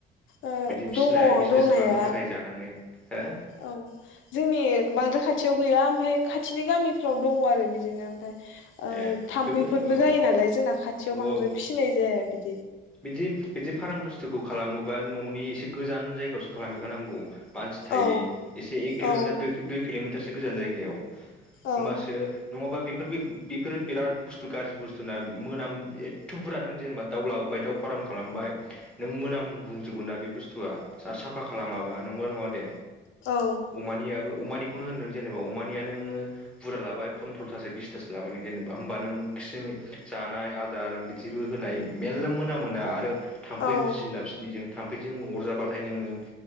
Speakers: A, on the left (about 80°); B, in the centre.
A: ओ
B: बिदि फिसिनाय
A: दङ
B: बिजनेस
A: दंनाया
B: खालामनो थाखाय जानानै हो
A: औ जोंनि बांद्राय खाथियाव गैया होम ओमफाय खाथिनि गामिफ्राव दङ आरो बिदिनो ओमफाय। ओ
B: ए
A: थाम्फैफोरबो
B: बेफोर औ
A: जायो नालाय जोंना खाथियाव
B: औ
A: बांद्राय
B: औ
A: फिसिनाय जाया बिदि
B: बिदि बिदि फार्म बुस्थुखौ खालामोबा न'नि एसे गोजान जायगायावसो खालामहैखानांगौ। मानसि थायो
A: औ
B: एसे एक किल'मिटार
A: औ
B: दुइ किल'मिटारसो गोजान जायगायाव। होमबासो
A: औ
B: नङाबा बेफोरबै बेफोर बिराद बुस्थु गाज्रि बुस्थु ना मोनाम एथ' बुरजा नों जेनेबा दाउला बाय दाउ फारर्म खालामबाय नों मोनाम बुंजोबो ना बे बुस्थुआ आरो साफा खालामाबा नंला नङा दे
A: औ
B: अमानियाबो अमानि खौनो होन नों जेनेबा अमानिया नों बुर्जा लाबाय फनद्रथासो बिस थासो लाबाय नों जेनेबा होमबा नों खि जानाय आदार बिदिबो होनाय मे मेरला मोनामोना आरो थाम्फै
A: औ
B: उजियोना फिसिनिजों थामफै जों अरजाबाथाय नोङो